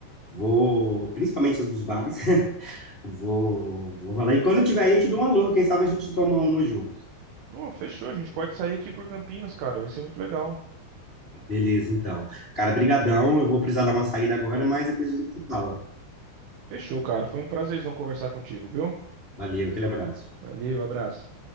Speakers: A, on the left; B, on the right.
A: Vou, principalmente as dos bares. <laughs> Vou, vou falar. E quando eu tiver aí, eu te dou um alô. Quem sabe a gente toma uma junto.
B: Oh, fechou, a gente pode sair aqui por Campinas, cara, vai ser muito legal.
A: Beleza, então. Cara, brigadão. Eu vou precisar dar uma saída agora, mas depois a gente se fala.
B: Fechou, cara, foi um prazerzão conversar contigo, viu?
A: Valeu, aquele abraço.
B: Valeu, abraço.